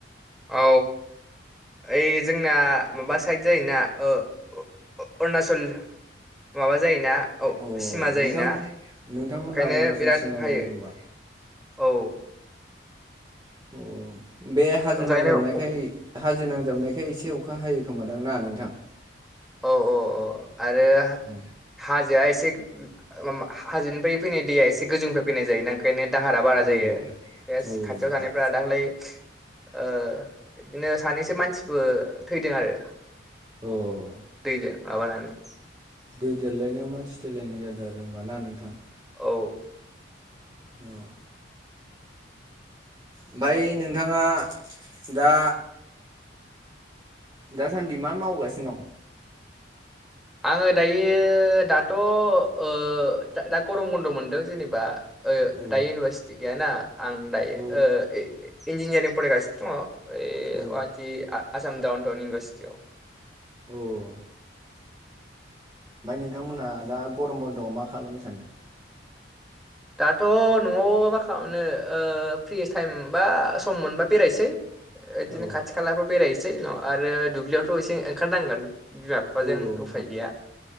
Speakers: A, in the centre; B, on the right (about 20°).
A: औ ओइ जोंना माबा साइड जायोना ओ अ-अरुणचल माबा जायोना औ
B: अ
A: सिमा जायोना
B: नोंथां नोंथांमोना
A: ओंखायनो
B: अरुणाचल
A: बिराद
B: सिमा
A: हायो।
B: जायो होमबा
A: औ
B: अ बे हाजो
A: ओंखायनो
B: नांजाबनायखाय
A: औ
B: हाजो नांजाबनायखाय एसे अखा हायो खोमादां ना नोंथां?
A: औ औ औ आरो
B: औ
A: हाजोआ एसे गो-गो-मा-हाजोनिफ्राय फैनाय दैया एसे गोजौनिफ्राय फैनाय जायो ना ओंखायनो दाहारा बारा
B: औ
A: जायो बे
B: औ
A: खाथियाव
B: नोंथां
A: थानायफ्रा दाख्लै ओ बिदिनो सानैसो मानसिबो थैदों आरो
B: औ
A: दैजों माबानानै
B: दै देरलायनायाव मानसि थैलायनाय जादों आरो होमबा ना नोंथां
A: औ
B: औ ओमफ्राय नोंथाङा दा दासान्दि मा मावगासिनो दं?
A: आङो दायो दाथ' ओ दा-दा गरम बन्द' मोनदों जेनेबा ओ
B: औ
A: दायो इउनिभारसिटि गैयाना आं दायो
B: औ
A: ओ इन्जिनियारिं फरायगासिनो दङ'। ए
B: औ
A: वाति आसाम दाउन टउन इउनिभारसिटियाव
B: औ ओमफ्राय नोंथांमोनहा दा गरम बन्द'आव मा खालामनो सानदों?
A: दाथ' न'आव मा खालामनो ओ फ्रि टाइम बा सम मोनबा बेरायसै। ओ इदिनो
B: औ
A: खाथि खालाफ्राव बेरायसै न आरो दुब्लियावथ' एसे ओंखारनांगोन बिमा बिफाजों
B: औ औ नोंथां
A: उफाय गैया